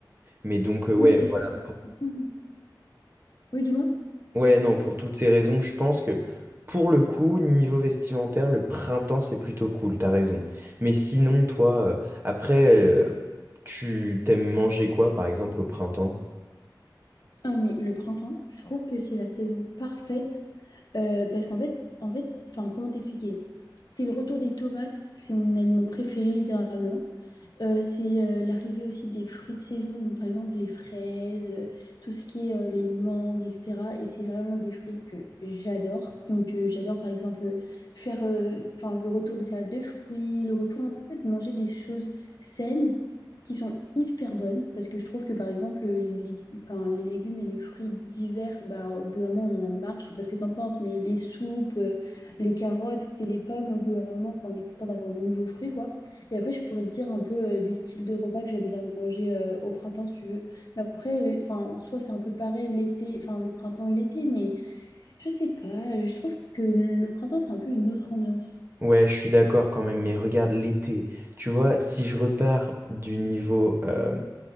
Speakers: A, on the right (about 30°); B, on the left (about 55°).
A: Mais donc, euh, ouais,
B: Oui, c'est
A: voilà.
B: ça. je- Oui, dis-moi.
A: Ouais, non, pour toutes ces raisons, je pense que pour le coup, niveau vestimentaire, le printemps, c'est plutôt cool, t'as raison. Mais sinon, toi, euh, après, euh, tu t'aimes manger quoi, par exemple, au printemps?
B: Ah, mais le printemps, je trouve que c'est la saison parfaite euh, parce qu'en fait, en fait, enfin, comment t'expliquer? C'est le retour des tomates, c'est mon aliment préféré littéralement. Euh, c'est euh, l'arrivée aussi des fruits de saison, donc par exemple les fraises, euh, tout ce qui est euh, les mangues, etc. Et c'est vraiment des fruits que j'adore. Donc euh, j'adore par exemple faire euh, enfin, le retour des salades de fruits, le retour un peu de manger des choses saines qui sont hyper bonnes, parce que je trouve que par exemple euh, les, enfin, les légumes et les fruits d'hiver, bah, au bout d'un moment on en a marre, je sais pas ce que t'en penses, mais les soupes, euh, les carottes et les pommes, au bout d'un moment enfin, on est content d'avoir des nouveaux fruits, quoi. Et après, je pourrais te dire un peu euh, les styles de repas que j'aime bien manger euh, au printemps, si tu veux. Mais après, euh, enfin, en soi, c'est un peu pareil l'été, enfin, le printemps et l'été, mais je sais pas, euh, je trouve que le printemps, c'est un peu une autre ambiance.
A: Ouais, je suis d'accord quand même, mais regarde l'été. Tu vois, si je repars du niveau euh,